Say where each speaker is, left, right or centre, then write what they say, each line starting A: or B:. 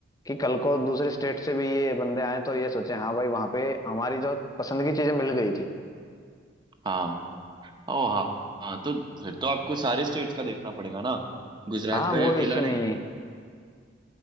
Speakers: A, on the left; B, on the right.
A: कि कल को दूसरे स्टेट से भी ये बंदे आए तो ये सोचे हाँ भाई वहाँ पे हमारी जो पसंद की चीजें मिल गई थी
B: हाँ ओ हाँ हाँ तो फिर तो आपको सारे स्टेट्स का देखना पड़ेगा ना गुजरात
A: हाँ
B: का
A: वो
B: ही अकेला
A: इश्यू
B: नहीं
A: नहीं है